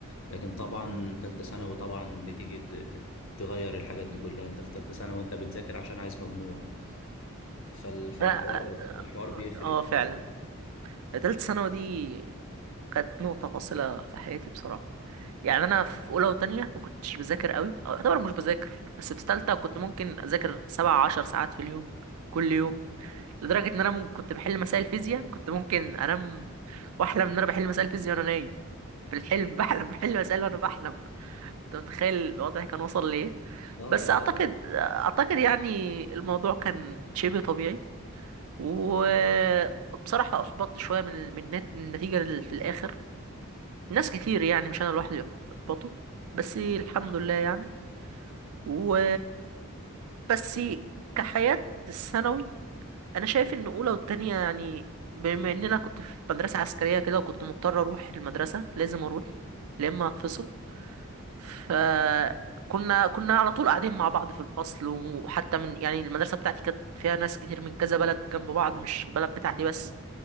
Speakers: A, on the left; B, on the right.
A: لكن طبعا تالتة ثانوي طبعا بتيجي ت... ت- تغير الحاجات دي كلها انت في تالتة ثانوي وانت بتذاكر عشان عايز مجموع فال... فالحوار
B: اه آه،
A: الحوار بيفرق
B: آه، آه،
A: في
B: فعلا
A: كده
B: تالتة ثانوي دي كانت نقطة فاصلة في حياتي بصراحة يعني أنا في أولى وتانية ما كنتش بذاكر قوي أو أعتبر مش بذاكر بس في تالتة كنت ممكن أذاكر سبع عشر ساعات في اليوم كل يوم لدرجة إن أنا مم- كنت بحل مسائل فيزياء كنت ممكن أنام وأحلم إن أنا بحل مسائل فيزياء وأنا نايم في الحلم <laughs> بحلم بحل مسائل وأنا بحلم أنت متخيل الوضع كان وصل لإيه
A: اه
B: بس أعتقد أعتقد يعني الموضوع كان شبه طبيعي وبصراحة أحبطت شوية من من النت- من النتيجة اللي في الآخر ناس كتير يعني مش أنا لوحدي اللي أحبطوا بس الحمد لله يعني و بس كحياة الثانوي أنا شايف إن أولى والتانية يعني بما إن أنا كنت في مدرسة عسكرية كده وكنت مضطر أروح المدرسة لازم أروح يا إما هتفصل فكنا كنا على طول قاعدين مع بعض في الفصل وحتى من يعني المدرسة بتاعتي كانت فيها ناس كتير من كذا بلد جنب بعض مش البلد بتاعتي بس